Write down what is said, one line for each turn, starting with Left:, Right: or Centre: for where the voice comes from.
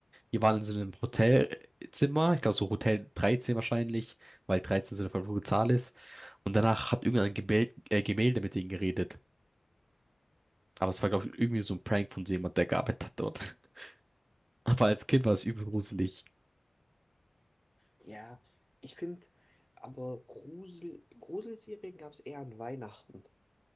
Right: die waren in so einem Hotelzimmer, ich glaube so Hotel 13 wahrscheinlich, weil 13 so eine verfluchte Zahl ist. Und danach hat irgendein Gemälde, äh, Gemälde mit denen geredet. Aber es war, glaube ich, irgendwie so ein Prank von so jemand, der gearbeitet hat dort. <laughs> Aber als Kind war es übel gruselig.
Centre: Ja, ich finde, aber Grusel, Gruselserien gab es eher an Weihnachten.